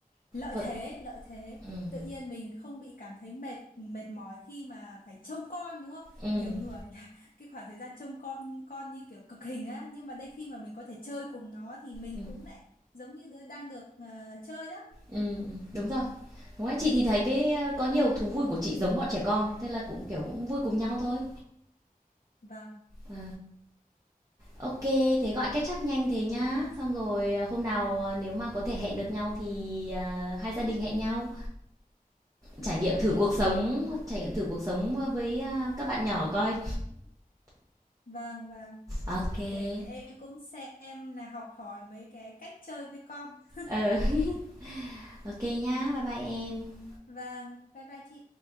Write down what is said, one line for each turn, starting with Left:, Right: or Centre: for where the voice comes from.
Left: lợi
Right: Thôi,
Left: thế lợi thế
Right: ừm,
Left: tự nhiên mình không bị cảm thấy mệt mệt mỏi khi mà phải trông con đúng không
Right: ừm,
Left: nhiều người là <laughs> cái khoảng thời gian trông con con như kiểu cực hình á nhưng mà đây khi mà mình có thể chơi cùng nó thì mình
Right: ừm,
Left: cũng lại giống như đứa đang được ờ, chơi đó
Right: ừm, ừm, đúng rồi. Đúng rồi, chị thì thấy cái ờ, có nhiều thú vui của chị giống bọn trẻ con, thế là cũng kiểu cũng vui cùng nhau thôi.
Left: vâng
Right: À. OK, thế gọi catch up nhanh thế nhá. Xong rồi, ờ, hôm nào, ờ, nếu mà có thể hẹn được nhau thì, à, hai gia đình hẹn nhau,
Left: ừ,
Right: trải nghiệm
Left: ok
Right: thử cuộc
Left: chị
Right: sống trải nghiệm thử cuộc sống, ờ, với, a, các bạn nhỏ coi.
Left: vâng vâng
Right: OK.
Left: để em cũng xem là học hỏi mấy cái cách chơi với con <laughs>
Right: Ừ, <laughs> OK nhá. Bye bye em.
Left: vâng bye bye chị